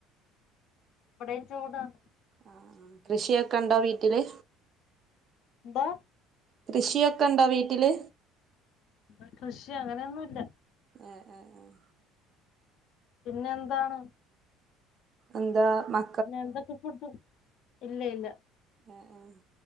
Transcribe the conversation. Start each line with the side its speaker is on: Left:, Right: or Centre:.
Left: വടിം ചൂടാണ്
Right: ആഹ് കൃഷിയൊക്കെ ണ്ടോ വീട്ടില്
Left: ന്തോ
Right: കൃഷിയൊക്കെ ണ്ടോ വീട്ടില്
Left: പ്പൊ കൃഷി അങ്ങനൊന്നും ല്ല
Right: ആഹ് ആഹ് ആഹ്
Left: പിന്നെന്താണ്
Right: എന്താ മ
Left: പിന്നെ എന്തൊക്കെ ഫുഡ് ഇല്ല ഇല്ല.
Right: ആഹ് ആഹ്